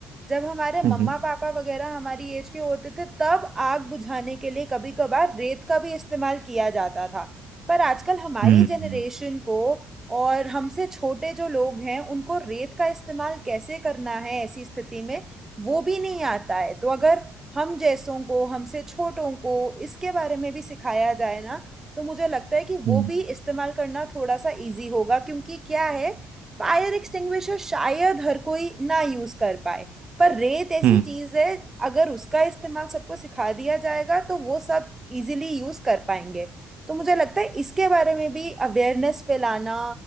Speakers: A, on the right; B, on the right.
A: जब हमारे मम्मा
B: हम्म
A: पापा वगैरह हमारी एज के होते थे तब आग बुझाने के लिए कभी कभार रेत का भी इस्तेमाल किया जाता था पर आजकल हमारी
B: हम्म।
A: जनरेशन
B: हम्म
A: को और हमसे छोटे जो लोग हैं उनको रेत का इस्तेमाल कैसे करना है ऐसी स्थिति में वो भी नहीं आता है तो अगर हम जैसों को हमसे छोटों को इसके बारे में भी सिखाया जाए ना तो मुझे लगता है कि वो
B: हम्म
A: भी इस्तेमाल करना थोड़ा सा इजी होगा क्योंकि क्या है फायर एक्सटिंग्विशर शायद हर कोई ना यूज कर पाए पर रेत ऐसी
B: हम्म,
A: चीज है अगर उसका इस्तेमाल सबको सिखा दिया जाएगा तो वो सब इजीली यूज कर पाएंगे तो मुझे लगता है इसके बारे में भी अवेयरनेस फैलाना